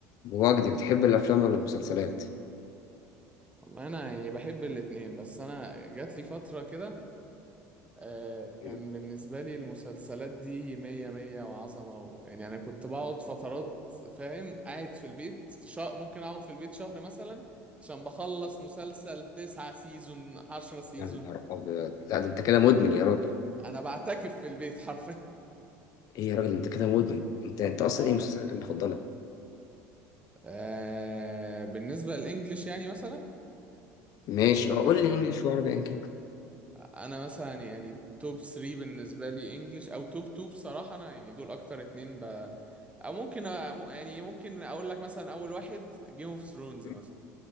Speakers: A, on the left; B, on the right.
A: وجدي بتحب الافلام ولا المسلسلات
B: والله انا يعني بحب الاتنين بس انا جات لي فترة كده آه، كان
A: مم.
B: بالنسبة لي المسلسلات دي مية مية وعظمة و... يعني انا كنت بقعد فترات فاهم قاعد في البيت شا... ممكن اقعد في البيت شهر مثلا عشان بخلص مسلسل تسعة سيزون عشرة سيزون
A: يعني يا نهار أبيض. لا ده انت كده مدمن يا راجل
B: انا بعتكف في البيت حرفيا
A: ايه يا راجل انت كده مدمن انت انت اصلا
B: اه
A: ايه مسلسلاتك
B: دي
A: المفضله
B: دي آه بالنسبة للإنجليش يعني مثلا
A: ماشي
B: آه،
A: اه قول لي انجليش وعربي ان كان
B: انا مثلا يعني توب 3 بالنسبه لي انجلش او توب 2 بصراحه انا يعني دول اكتر اتنين ب... او ممكن أ- يعني ممكن اقول لك مثلا اول واحد جيم اوف ثرونز
A: مم.
B: مثلا